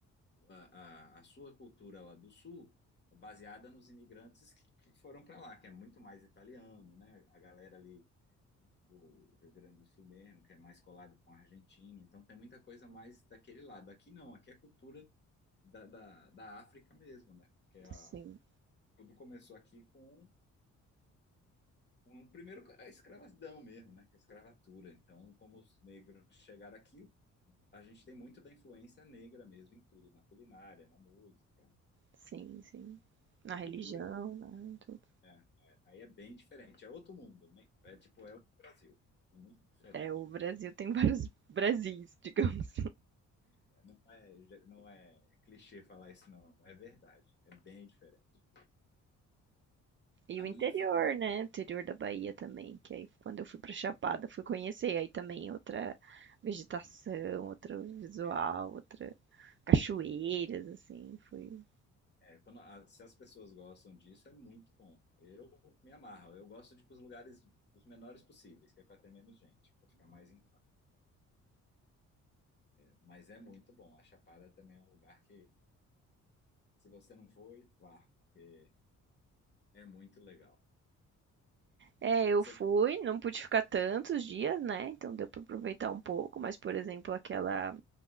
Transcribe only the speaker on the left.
a, a, a sua cultura lá do Sul é baseada nos imigrantes que foram para lá, que é muito mais italiano, né? A galera ali do Rio Grande do Sul mesmo, que é mais colado com argentino, então tem muita coisa mais daquele lado. Aqui não, aqui é cultura da, da, da África mesmo, né? Porque a,
tudo começou aqui com um primeiro a escravidão mesmo, né? que é A escravatura. Então, como os negros chegaram aqui, a gente tem muito da influência negra mesmo em tudo, na culinária, na música,
na
cultura.
É, é, Aí é bem diferente, é outro mundo, né? É tipo, é outro Brasil, é muito diferente.
É, Não é, não é clichê falar isso, não, é verdade, é bem diferente.
A
minha
família
é,
é outra.
é, quando a- se as pessoas gostam disso, é muito bom. Eu me amarro, eu gosto de ir para os lugares os menores possíveis, que é para ter menos gente, para ficar mais em casa. Mas é muito bom, a Chapada também é um lugar que, se você não foi, vá, porque é muito legal.
Você,